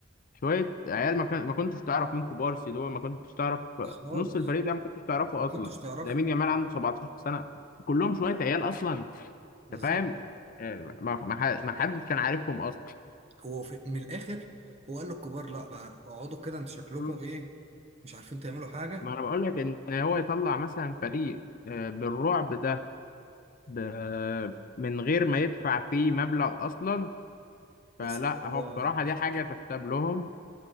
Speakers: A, on the left (about 45°); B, on the right (about 30°).
A: شويه عيال ما, كان... ما كنتش تعرف مين كوبارسي دول ما كنتش تعرف
B: خالص
A: نص الفريق ده ما كنتش تعرفه
B: ما
A: اصلا
B: كنتش تعرف
A: لامين يامال عنده 17 سنه كلهم شويه عيال اصلا
B: بالظبط
A: انت فاهم آه، ما ما ح- ما حدش كان عارفهم اصلا
B: هو في من الاخر هو قال للكبار لا بقى اقعدوا كده انتوا شكلكم
A: مم.
B: ايه مش عارفين تعملوا حاجة
A: ما انا بقول لك ان هو يطلع مثلا فريق آه، بالرعب ده ب... من غير ما يدفع فيه مبلغ اصلا فلا
B: بس هو
A: هو بصراحة دي حاجة تحسب لهم